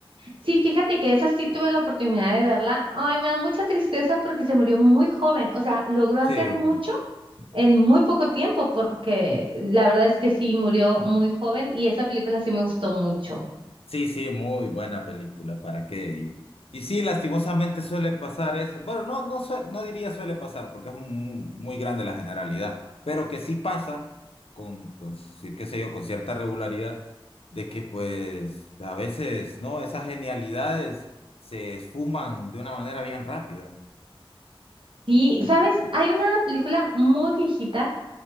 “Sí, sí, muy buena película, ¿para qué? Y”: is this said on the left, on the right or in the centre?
Left